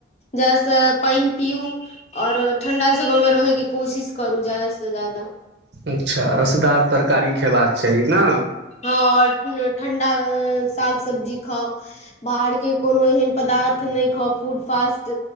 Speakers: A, on the left; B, on the right.
A: जाहिसँ पेंन पीू आओर ठण्डा जगह मे रहैके कोशिश करू जादा से जााद
B: अच्छा रसदार तरकारी खेबाक चाही ने
A: हँ ठण्डा साग सब्जी खाउ बाहर के कोनो एहन पदार्थ नहि खाउ फूड फास्ट